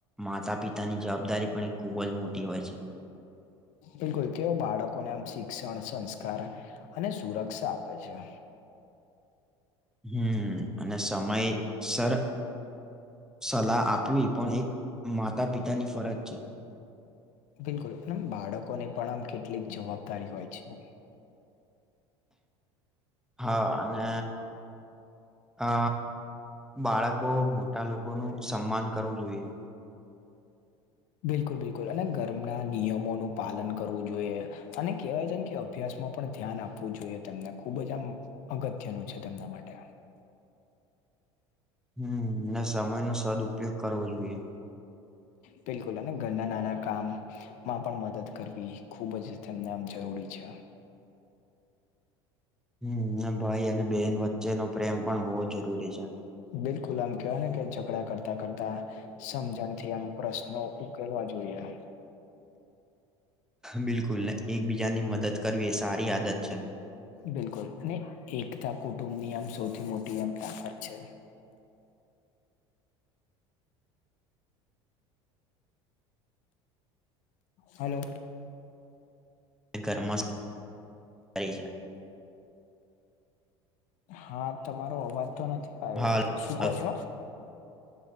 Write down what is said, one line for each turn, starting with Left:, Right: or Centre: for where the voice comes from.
Centre: માતા પિતાની જવાબદારી પણ એ ખુબ જ મોટી હોય છે.
Left: બિલકુલ તેવો બાળકોને આમ શિક્ષણ સંસ્કાર અને સુરક્ષા આપે છે.
Centre: હમ્મ અને સમય સર સલાહ આપવી પણ એક માતા પિતાની ફરજ છે.
Left: બિલકુલ અને બાળકોને પણ આમ કેટલીક જવાબદારી હોય છે.
Centre: હા અને અ બાળકો મોટા લોકો નું સન્માન કરવું જોઈએ.
Left: બિલકુલ બિલકુલ અને ગરમના નિયમોનું પાલન કરવું જોઈએ. અને કહેવાય છેને કે અભ્યાસ માં પણ ધ્યાન આપવું જોઈએ તેમને ખુબ જ આમ અગત્યનું છે તેમના માટે
Centre: હમ્મ ને સમય નો સદઉપયોગ કરવો જોઈએ.
Left: બિલકુલ અને ઘરના નાના કામ માં પણ મદદ કરવી ખુબ જ તેમને આમ જરૂરી છે.
Centre: હમ્મ ને ભાઈ અને બહેન વચ્ચેનો પ્રેમ પણ હોવો જરૂરી છે.
Left: બિલકુલ આમ કેહેવાય ને કે ઝઘડા કરતાં કરતા સમજણથી આમ પ્રશ્નો ઉકેલવા જોઈએ.
Centre: બિલકુલને એકબીજાની મદદ કરવી એ સારી આદત છે.
Left: બિલકુલ અને એકતા કુટુંબની આમ સૌથી મોટી આમ તાકાત છે. હલો.
Centre: તે ઘરમાં છે રહી છે.
Left: હા તમારો અવાજ તો નથી આયો
Centre: હાલ
Left: શું
Centre: હાલ,
Left: કહો છો?